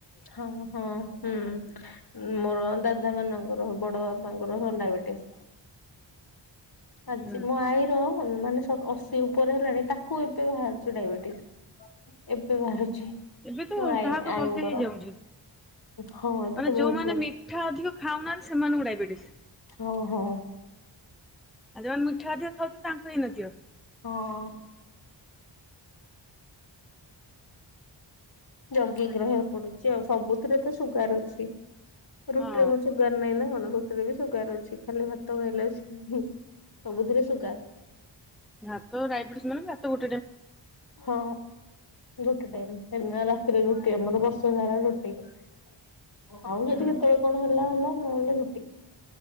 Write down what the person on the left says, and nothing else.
ହଁ ହଁ ହୁଁ ମୋର ଦାଦା ମାନଙ୍କର, ବଡ ବାପାଙ୍କର ସବୁ ଡାଇବେଟିସ୍। ଆଜି
ମୋ ଆଈର ମାନେ ସ ଅଶୀ ଉପରେ ହେଲାଣି ତାକୁ ଏବେ ବାହାରୁଚି ଡାଇବେଟିସ୍। ଏବେ ବାହାରୁଛି
ମୋ ଆଈ
ଆଈଙ୍କର
ହଁ ଏବେ
ତ ବହୁତ
ଲୋକ
ଓ ହୋ
ହଁ। ଜଗିକି ରହିବା ପଡୁଚି ଆଉ। ସବୁଥିରେ ତ ସୁଗାର ଅଛି। ରୁଟିରେ
କଣ ସୁଗାର ନାହିଁନା କଣ? ରୁଟିରେ ବି ସୁୁଗାର ଅଛି। ଖାଲି ଭାତ ଖାଇଲେ ଆସିକି ସବୁଥିରେ ସୁଗାର
ହଁ। ଗୋଟେ ଟାଇମ୍ ନା ରାତିରେ ରୁଟି ଆମର ବର୍ଷ ସାରା ରୁଟି। ଆଉ
ଯଦି କେତେବେଳେ କଣ ହେଲା ହେଲା ନ‌ହେଲେ ରୁଟି।